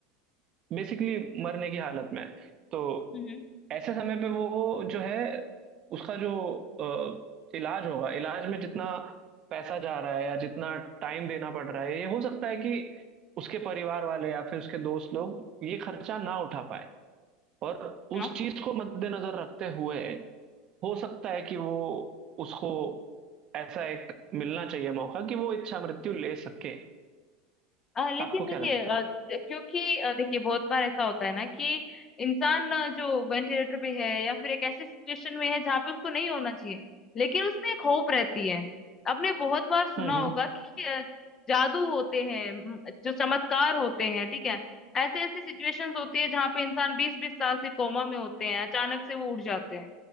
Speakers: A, on the right; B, on the left.
A: बेसिकली मरने की हालत में है तो
B: हम्म।
A: ऐसे समय पे वो जो है उसका जो अ, इलाज होगा इलाज में जितना पैसा जा रहा है या जितना टाइम देना पड़ रहा है ये हो सकता है कि उसके परिवार वाले या फिर उसके दोस्त लोग ये खर्चा ना उठा पाए और उस
B: हम्म
A: चीज को मद्देनजर रखते हुए हो सकता है कि वो उसको ऐसा एक मिलना चाहिए मौका कि वो इच्छा मृत्यु ले सके
B: अ, लेकिन
A: आपको क्या
B: देखिए
A: लगता
B: अ,
A: है
B: क्योंकि अ, देखिए बहुत बार ऐसा होता है ना कि इंसान अ, जो वेंटिलेटर पे है या फिर एक ऐसी सिचुएशन में है जहाँ पे उसको नहीं होना चाहिए लेकिन उसमें एक होप रहती है आपने बहुत बार सुना
A: हम्म
B: होगा कि अ, जादू होते हैं म, जो चमत्कार होते हैं ठीक है ऐसे ऐसी सिचुएशंस होती है जहाँ पे इंसान बीस बीस साल से कोमा में होते हैं अचानक से वो उठ जाते हैं